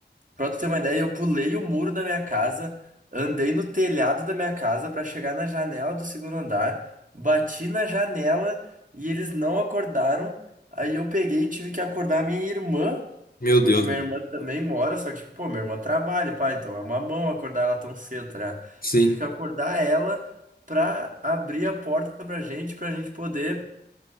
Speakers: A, on the right (about 45°); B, on the left (about 50°).
A: Pra tu ter uma ideia, eu pulei o muro da minha casa, andei no telhado da minha casa pra chegar na janela do segundo andar, bati na janela e eles não acordaram. Aí eu peguei e tive que acordar minha irmã,
B: Meu
A: tipo,
B: Deus,
A: que minha
B: meu.
A: irmã também mora, só que, tipo, pô, minha irmã trabalha, pá, então é uma mão acordar ela tão cedo, tá? ligado?
B: Sim.
A: Tive que acordar ela pra abrir a porta pra gente, pra gente poder.